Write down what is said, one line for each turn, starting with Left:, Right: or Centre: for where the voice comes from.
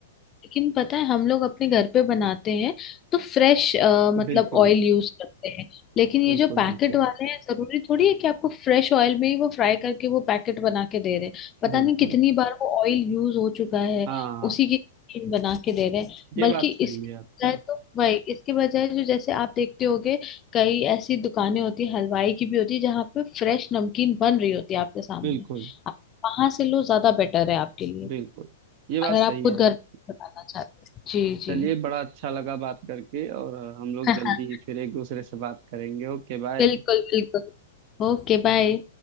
Left: लेकिन पता है हम लोग अपने घर पे बनाते हैं तो फ्रेश मतलब
Right: बिल्कुल
Left: ऑयल यूज करते हैं लेकिन ये
Right: बिल्कुल
Left: जो पैकेट
Right: बिल्कुल
Left: वाले हैं जरूरी थोड़ी है कि आपको फ्रेश ऑयल में ही वो फ्राई करके वो पैकेट बना के दे रहे हैं पता
Right: बिल्कुल
Left: नहीं कितनी बार वो ऑयल यूज हो चुका है
Right: हाँ
Left: उसी की cream बना के दे रहे हैं
Right: ये
Left: बल्कि
Right: बात सही
Left: इसके
Right: है आपकी
Left: बजाय तो वही इसके बजाय जो जैसे आप देखते होगे कई ऐसी दुकानें होती है हलवाई की भी होती है जहाँ पे फ्रेश नमकीन बन रही होती है आपके सामने
Right: बिल्कुल
Left: आप वहां से लो ज्यादा बेटर है आपके लिए
Right: बिल्कुल ये बात
Left: अगर
Right: सही
Left: आप खुद
Right: है
Left: घर
Right: आप
Left: पे बनाना चाहते जी जी
Right: चलिए बड़ा अच्छा लगा बात करके और हम लोग
Left: <laughs> हो
Right: जल्दी ही फिर एक दूसरे से बात करेंगे Okay bye
Left: बिल्कुल बिल्कुल Okay bye